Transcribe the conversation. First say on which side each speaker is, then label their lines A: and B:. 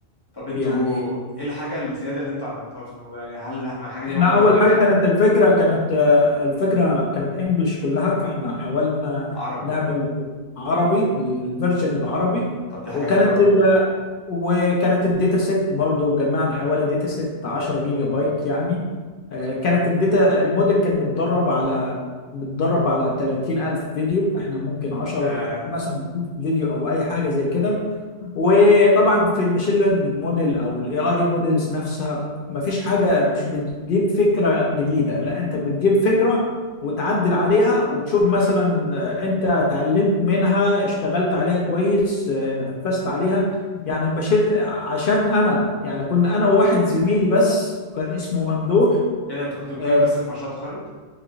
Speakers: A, on the left (about 20°); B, on the left (about 55°).
A: طب انتوا
B: يعني
A: ايه الحاجه الزياده اللي انتوا عملتوها في الموضوع يعني هل الحاجه دي
B: احنا
A: موجوده
B: اول
A: اوريدي
B: حاجه كانت الفكره كانت آه، الفكره كانت انجلش كلها فاحنا حاولنا
A: عربي
B: نعمل
A: اه
B: عربي الفيرجن العربي
A: طب دي حاجه
B: وكانت
A: حلوه قوي
B: ال... وكانت الداتا سيت برضو جمعنا حوالي داتا سيت 10 جيجا بايت يعني آه، كانت الداتا الموديل كان متدرب على متدرب على 30000 فيديو احنا ممكن 10
A: آه
B: مثلا فيديو او اي حاجه زي كده وطبعا في الماشين ليرنينج موديل او الاي اي موديلز نفسها مفيش حاجه مش بتجيب فكره جديده لا انت بتجيب فكره وتعدل عليها وتشوف مثلا آه، انت اتعلمت منها اشتغلت عليها كويس آه، نفذت عليها يعني الماشين آه، عشان انا يعني كنا انا وواحد زميلي بس كان اسمه ممدوح
A: ايه ده انتوا كنتوا اتنين
B: آه،
A: بس في مشروع التخرج